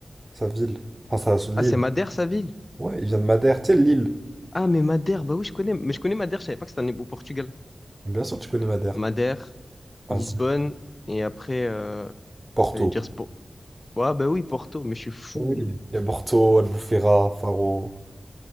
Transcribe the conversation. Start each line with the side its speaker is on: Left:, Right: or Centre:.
Right: sa ville. Enfin, sa l'île.
Left: Ah, c'est Madère, sa ville?
Right: Ouais, il vient de Madère, tu sais, l'île.
Left: Ah, mais Madère, bah oui, je connais. Mais je connais Madère, je savais pas que c'était en- au Portugal.
Right: Bien sûr, tu connais Madère.
Left: Madère,
Right: Vas-y.
Left: Lisbonne, et après, euh,
Right: Porto.
Left: j'allais dire Spo. Ouais, bah oui, Porto, mais je suis fou.
Right: Oui. Il y a Porto, Albufeira, Faro.